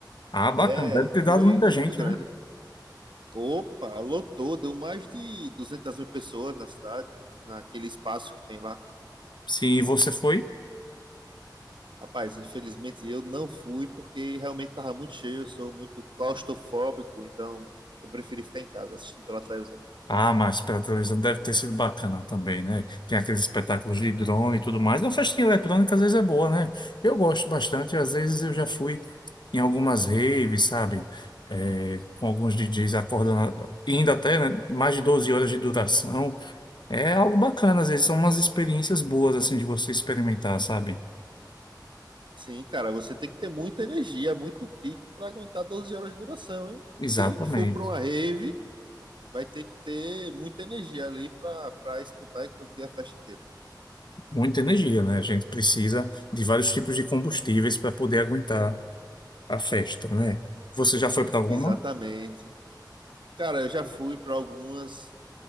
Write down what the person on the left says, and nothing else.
Ah, bacana.
Deve ter
dado muita
gente,
né?
Sim, e você foi?
Ah, mas pela televisão deve ter sido bacana também, né? Tem aqueles espetáculos de drone e tudo mais. A festinha eletrônica às vezes é boa, né? Eu gosto bastante. Às vezes eu já fui em algumas raves, sabe? É, com alguns DJs acordando, ainda até, né? Mais de 12 horas de duração. É algo bacana, às vezes são umas experiências boas, assim, de você experimentar, sabe?
Exatamente.
muita energia, né? A gente precisa de vários tipos de combustíveis para poder aguentar a festa, né? Você já foi para alguma?